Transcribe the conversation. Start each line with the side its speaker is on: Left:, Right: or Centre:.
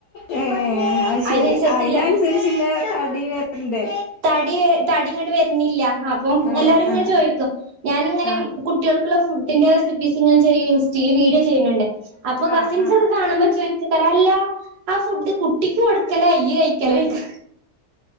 Left: ഏ അത് ശെരി
Right: അയ്നന്സരിച്ച്ല്ല
Left: അയിനനുസരിച്ചില്ല തടി വരണ്ട്
Right: തടി തടി ഇങ്ങട്ട് വര്ന്നില്ല അപ്പൊ
Left: ആ
Right: എല്ലാരും ഇങ്ങെനെ
Left: ആ
Right: ചോയ്ക്കും ഞാനിങ്ങനെ
Left: ആ
Right: കുട്ട്യൾക്ക്ള്ള ഫുഡിന്റെ റെസിപ്പീസ്ങ്ങനെ ചെയ്യും ഇൻസ്റ്റയിൽ വീഡിയോ ചെയ്യ്ണ് ണ്ട് അപ്പൊ
Left: ആ
Right: കസിൻസൊക്കെ
Left: ആ
Right: കാണുമ്പോ ചോയ്ക്കുപ്പല്ലാ ആ ഫുഡ് കുട്ടിക്ക് കൊട്ക്കലാ ഇയ്യ് കഴിക്കലാ ചോയ്ക്കും